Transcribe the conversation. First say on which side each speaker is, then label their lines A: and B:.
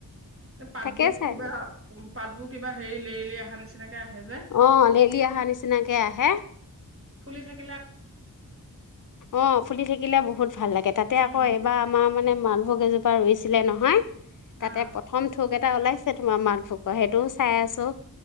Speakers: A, on the right (about 35°); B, on the left (about 55°).
A: এ পাতবোৰ
B: তাকে চাই
A: কিবা
B: আছো
A: কুঁহ পাতবোৰ কিবা হেৰি লেৰেলি আহা নিচিনাকে আহে যে
B: অ, লেলি আহা নিচিনাকে আহে।
A: ফুলি থাক
B: অ, ফুলি থাকিলে বহুত ভাল লাগে তাতে
A: উম,
B: আকৌ এইবাৰ আমাৰ মানে মান আম কেজোপা ৰুইছিলে নহয়।
A: অ',
B: তাতে প্ৰথম থোক এট এটা ওলাইছে তোমাৰ মালভোকৰ সেইটোও চাই আছো।